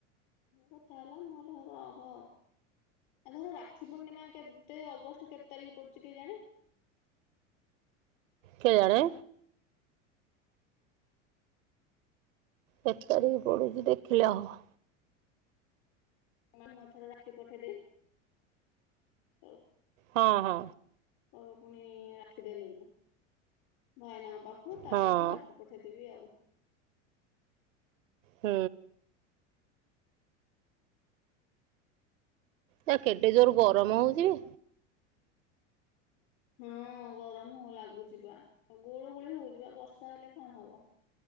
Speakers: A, on the left; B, on the right.
A: କଥା ହେଲା। ମୁଁ କହିଲି ହଉ ରଖ। ଏଥର ରାକ୍ଷୀ ପୂର୍ଣ୍ଣିମା କେତେ, ଅଗଷ୍ଟ କେତେ ତାରିଖ ପଡୁ ଛି? କେଜାଣି।
B: କେଜାଣି। କେତେ ତାରିକ୍ ପଡୁଛି ଦେଖିଲେ ହବ।
A: ମା ମୁଁ ଏଥର ରାଖି ପଠେଇ ଦେଇ-ହଉ।
B: ହଁ ହଁ।
A: କହିବ ପୁଣି ରାଖି ଦେଲୁନୁ। ଭାଇନାଙ୍କ ପାଖକୁ ତା
B: ହଁ
A: ପାଖକୁ ରାକ୍ଷୀ ପଠେଇଦେବି ଆଉ।
B: ହୁଁ। ଜା କେଡେ ଜୋର ଗରମ ହଉଛି ବେ?
A: ହଁ। ହଁ ଗରମ ହ ଲାଗୁଚିପା ଗୁଳୁ ଗୁଳି ହଉଚିପା ବର୍ଷା ହେଲେ କଣ ହବ?